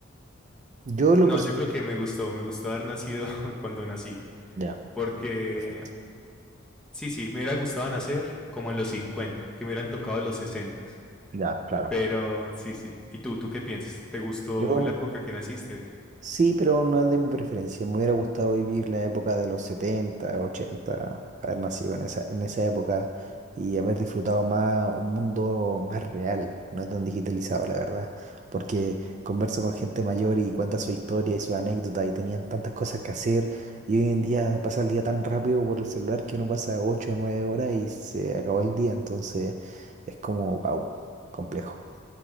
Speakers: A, on the right; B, in the centre.
A: Yo lo
B: No,
A: personal.
B: yo creo que me gustó, me gustó haber nacido <laughs> cuando nací,
A: Ya,
B: porque
A: perfecto.
B: sí, sí, me hubiera gustado nacer como en los 50, que me hubieran tocado los 60.
A: Ya, claro.
B: Pero sí, sí. ¿Y tú, tú qué piensas? ¿Te gustó
A: Yo,
B: en la época que naciste?
A: Sí, pero no es de mi preferencia. Me hubiera gustado vivir la época de los 70, 80, haber nacido en esa, en esa época y haber disfrutado más un mundo más real, no tan digitalizado, la verdad. Porque converso con gente mayor y cuenta su historia y su anécdota y tenían tantas cosas que hacer y hoy en día pasa el día tan rápido por el celular que uno pasa 8 o 9 horas y se acabó el día. Entonces es como, wow, complejo.